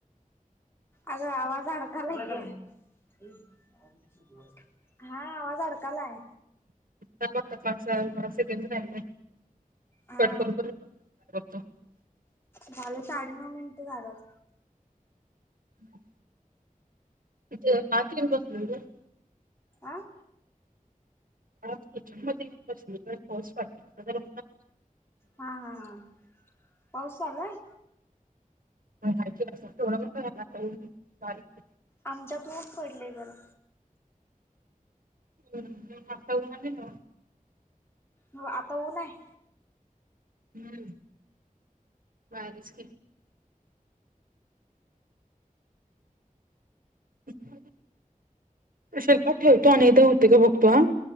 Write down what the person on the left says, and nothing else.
अग आवाज अडाकलाय कि <unintelligible> हा आवाज अडकालाय
हा
झालं साडेनऊ मिनटं झालंत.
आं
हा हा हा पाऊस पडलाय?
आमच्यात ऊन पडले जरा
हो आता ऊन आहे.